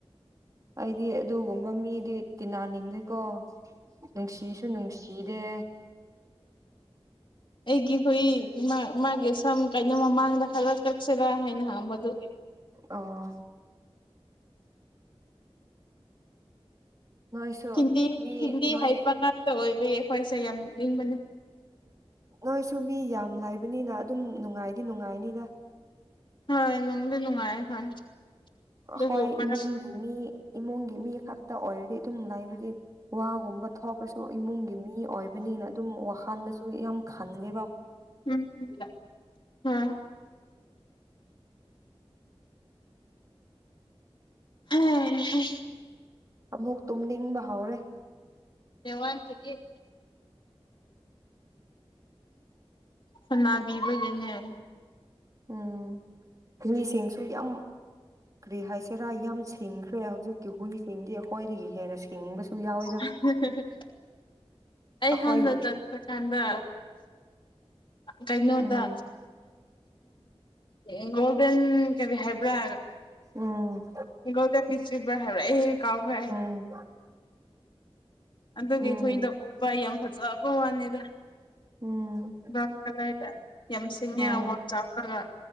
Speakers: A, on the right; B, on the left.
A: ꯑꯩꯗꯤ ꯑꯗꯨꯒꯨꯝꯕ ꯃꯤꯗꯤ ꯇꯤꯟꯅꯅꯤꯡꯗꯦꯀꯣ ꯅꯨꯡꯁꯤꯁꯨ ꯅꯨꯡꯁꯤꯔꯦ
B: ꯑꯩꯒꯤ ꯍꯨꯏ ꯃꯥꯒꯤ ꯁꯝ ꯀꯩꯅꯣ ꯃꯃꯥꯡꯗ ꯍꯜꯂ ꯁꯤꯔ ꯍꯥꯏꯅꯍ ꯃꯗꯨ
A: ꯑꯣ ꯅꯣꯏꯁꯨ
B: ꯍꯤꯟꯗꯤ
A: ꯃꯤ
B: ꯍꯤꯟꯗꯤ
A: ꯅꯣꯏ
B: ꯍꯥꯏꯕ ꯉꯥꯛꯇ ꯑꯣꯏꯕꯒꯤ ꯑꯩꯈꯣꯏꯁꯦ ꯌꯥꯝ ꯅꯤꯡꯕꯅꯤ
A: ꯅꯣꯏꯁꯨ ꯃꯤ ꯌꯥꯝ ꯂꯩꯥꯏꯕꯅꯤꯅ ꯑꯗꯨꯝ ꯅꯨꯡꯉꯥꯏꯗꯤ ꯅꯨꯡꯉꯥꯏꯅꯤꯅ
B: ꯍꯣꯏ ꯅꯣꯡꯂ ꯅꯨꯡꯉꯥꯏ ꯍꯣꯏ ꯑꯗꯨꯕꯨ
A: ꯍꯣꯏ
B: ꯃꯔꯛ
A: ꯏꯃꯨꯡꯒꯤ ꯃꯤ ꯏꯃꯨꯡꯒꯤ ꯃꯤ ꯈꯛꯇ ꯑꯣꯏꯔꯗꯤ ꯑꯗꯨꯝ ꯂꯩꯕꯗꯤ ꯋꯥꯒꯨꯝꯕ ꯊꯣꯛꯄꯁꯨ ꯏꯃꯨꯡꯒꯤ ꯃꯤ ꯃꯤ ꯑꯣꯏꯕꯅꯤꯅ ꯑꯗꯨꯝ ꯋꯥꯈꯜꯗꯁꯨ ꯌꯥꯝ ꯈꯟꯒꯦ
B: ꯎꯝ ꯑꯝ ꯍꯝ
A: ꯑꯃꯨꯛ ꯇꯨꯝ ꯅꯤꯡꯕ ꯍꯧꯥꯎꯔꯦ
B: ꯋꯥꯟ ꯆ ꯌꯥꯦ ꯁꯅꯥꯕꯤꯕꯖꯅꯦ
A: ꯎꯝ ꯭ꯔꯤꯁꯤꯡꯁꯨ ꯌꯥꯝ ꯀ꯭ꯔꯤ ꯍꯥꯏꯁꯤꯔꯥ ꯌꯥꯝ ꯁꯤꯡꯈ꯭ꯔꯦ ꯍꯧꯖꯤꯛꯀꯤ ꯍꯨꯏꯁꯤꯡꯗꯤ ꯑꯩꯈꯣꯏꯗꯒꯤ ꯍꯦꯟꯅ ꯁꯤꯡꯕꯁꯨ ꯌꯥꯎꯋꯤꯗ
B: ꯍ <inaudible> ꯑꯩ
A: ꯑꯩꯈꯣꯏ
B: ꯍꯥꯟꯅ ꯆꯠꯄ ꯀꯥꯟꯗ ꯀꯩꯅꯣꯗ
A: ꯎꯝ
B: ꯎ ꯒꯣꯜꯗꯟ ꯀꯔꯤ ꯍꯥꯏꯕ꯭ꯔꯥ
A: ꯎꯝ
B: ꯒꯣꯜꯗꯟ ꯆ꯭ꯔꯤꯕ꯭ꯔꯥ ꯍꯥꯏꯕ꯭ꯔꯥ ꯑꯩ ꯀꯥꯎꯈ꯭ꯔꯦ
A: ꯎꯝ
B: ꯑꯗꯨꯒꯤ
A: ꯎꯝ
B: ꯍꯨꯏꯗꯣ ꯎꯕ ꯌꯥꯝ ꯐꯖꯕ ꯋꯥꯅꯤꯗ
A: ꯎꯝ
B: ꯕ꯭ꯔꯥꯎꯟ ꯀꯂꯔꯗ ꯌꯥꯝ ꯁꯤꯡꯉꯦ
A: ꯑꯥ
B: ꯑꯋꯥ ꯆꯥꯎꯔꯒ